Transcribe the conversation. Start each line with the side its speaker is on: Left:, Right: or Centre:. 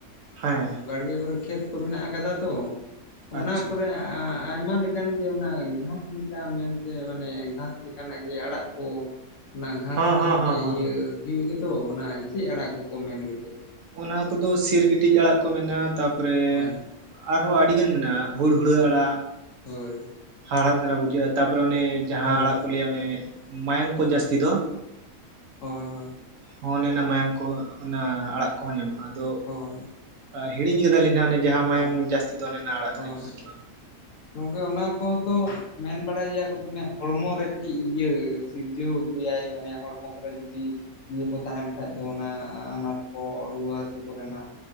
Right: ᱦᱮᱸ
Left: ᱵᱟᱲᱜᱮ ᱠᱚᱨᱮ ᱠᱷᱮᱛ ᱠᱚ ᱢᱮᱱᱟᱜ ᱠᱟᱫᱟ ᱛᱚ
Right: ᱟᱪᱪᱷᱟ
Left: ᱚᱱᱟ ᱠᱚᱨᱮ <inaudible> ᱟᱭᱢᱟ ᱞᱮᱠᱟᱱ ᱜᱮ ᱚᱱᱟ ᱜᱷᱟᱥ ᱞᱮᱠᱟ ᱢᱮᱱᱛᱮ ᱢᱟᱱᱮ ᱜᱷᱟᱥ ᱞᱮᱠᱟᱱᱟᱜ ᱜᱮ ᱟᱲᱟᱜ ᱠᱚ ᱚᱱᱟ ᱜᱷᱟᱥ
Right: ᱦᱚᱸ
Left: ᱥᱟᱶᱛᱮ
Right: ᱦᱚᱸ ᱦᱚᱸ ᱦᱚᱸ
Left: ᱤᱭᱟᱹ
Right: ᱦᱚᱸ
Left: ᱦᱩᱭᱩᱜ ᱜᱮᱛᱚ ᱚᱱᱟ ᱪᱮᱫ ᱟᱲᱟᱜ ᱠᱚᱠᱚ ᱢᱮᱱ ᱜᱮᱛᱮ᱾
Right: ᱚᱱᱟ ᱠᱚᱫᱚ ᱥᱤᱨᱜᱴᱤᱡ ᱟᱲᱟᱜ ᱠᱚ ᱢᱮᱱᱟᱜᱼᱟ ᱛᱟᱯᱚᱨᱮ
Left: ᱦᱳᱭ
Right: ᱟᱨᱦᱚᱸ ᱟᱹᱰᱤ ᱜᱟᱱ ᱢᱮᱱᱟᱜᱼᱟ᱾ ᱦᱩᱲ ᱦᱩᱲᱟᱹ
Left: ᱦᱳᱭ
Right: ᱟᱲᱟᱜ᱾
Left: ᱦᱳᱭ
Right: ᱦᱟᱲᱦᱟᱫᱽ ᱫᱷᱟᱨᱟ ᱵᱩᱡᱷᱟᱹᱜᱼᱟ ᱛᱟᱯᱚᱨᱮ ᱚᱱᱮ ᱡᱟᱦᱟᱸ
Left: ᱦᱳᱭ
Right: ᱟᱲᱟᱜ ᱠᱚ ᱞᱟᱹᱭᱟ ᱚᱱᱮ ᱢᱟᱭᱟᱝ
Left: ᱦᱳᱭ
Right: ᱠᱚ ᱡᱟᱹᱥᱛᱤ ᱫᱚ?
Left: ᱦᱳᱭ ᱦᱳᱭᱻ
Right: ᱦᱚᱸ ᱚᱱᱮ ᱚᱱᱟ ᱢᱟᱭᱟᱝ ᱠᱚ ᱚᱱᱟ ᱟᱲᱟᱜ ᱠᱚᱦᱚᱸ ᱧᱟᱢᱚᱜᱼᱟ᱾ ᱟᱫᱚ
Left: ᱦᱳᱭ
Right: ᱦᱤᱲᱤᱧ ᱠᱟᱫᱟᱞᱤᱧ ᱱᱟᱦᱟᱜ ᱚᱱᱮ ᱡᱟᱦᱟᱸ
Left: ᱦᱳᱭ
Right: ᱢᱟᱭᱟᱝ ᱡᱟᱥᱛᱤ ᱫᱚ ᱚᱱᱮ ᱚᱱᱟ ᱟᱲᱟᱜ ᱨᱮᱱᱟᱜ
Left: ᱦᱳᱭ
Right: ᱧᱩᱛᱩᱢ ᱫᱚ᱾
Left: ᱜᱚᱝᱠᱮ ᱚᱱᱟ ᱠᱚᱛᱚ ᱢᱮᱱ ᱵᱟᱲᱟᱭ ᱜᱮᱭᱟ ᱠᱚ ᱫᱚᱢᱮ ᱦᱚᱲᱢᱚ ᱨᱮ ᱠᱟᱹᱴᱤᱡ ᱤᱭᱟᱹᱼᱼ ᱥᱤᱨᱡᱟᱹᱣ ᱜᱮᱭᱟᱭ ᱢᱟᱱᱮ ᱦᱚᱲᱢᱚ ᱠᱚᱨᱮ ᱡᱚᱫᱤ ᱤᱭᱟᱹ ᱠᱚ ᱛᱟᱦᱮᱱᱼᱼ ᱠᱷᱟᱡ ᱫᱚ ᱚᱱᱟ ᱟᱱᱟᱴ ᱠᱚ ᱨᱩᱣᱟᱹ ᱦᱟᱥᱩ ᱠᱚᱨᱮᱱᱟᱜ᱾